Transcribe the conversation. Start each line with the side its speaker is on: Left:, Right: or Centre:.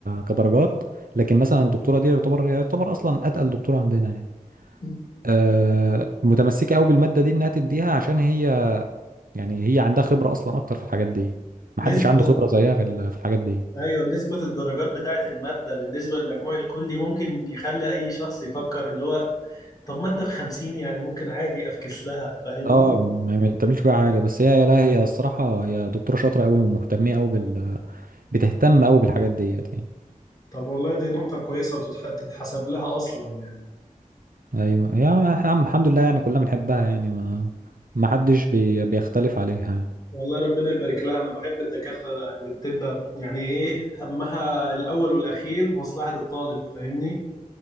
Right: كدرجات لكن مثلا الدكتوره دي يعتبر يعتبر اصلا اتقل دكتوره عندنا يعني
Left: <laughs>
Right: آه، متمسكه قوي بالماده دي انها تديها عشان هي يعني هي عندها خبره اصلا اكتر في الحاجات دي محدش
Left: نسبة
Right: عنده خبره زيها في ال- في الحاجات دي
Left: ايوه نسبة الدرجات بتاعة المادة بالنسبة للمجموع الكلي ممكن يخلي اي شخص يفكر اللي هو طب مادة بخمسين يعني ممكن عادي افكس لها فاهمني
Right: اه ما ما بتعملش فيها حاجه بس هي لا هي الصراحه هي دكتوره شاطره قوي ومهتمه قوي بال بتهتم قوي بالحاجات ديت يعني
Left: طب والله دي نقطة كويسة وتتحسب لها اصلا يعني
Right: ايوه يا عم الحمد لله يعني كلنا بنحبها يعني ما ما حدش بي... بيختلف عليها يعني.
Left: والله ربنا يبارك لها انا بحب الدكاترة اللي بتبقى يعني ايه همها الاول والاخير مصلحة الطالب فاهمني